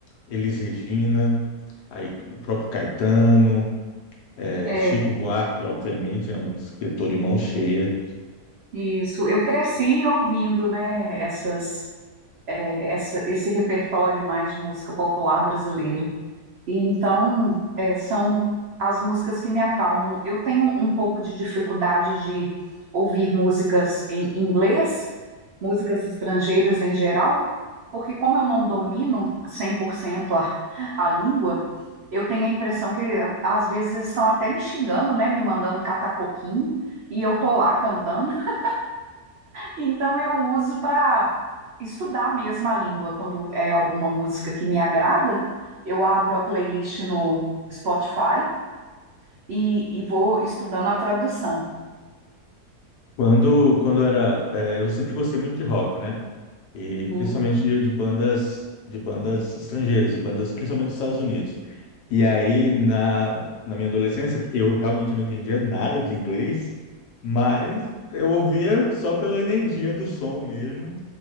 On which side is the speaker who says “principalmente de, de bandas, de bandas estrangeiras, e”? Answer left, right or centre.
Left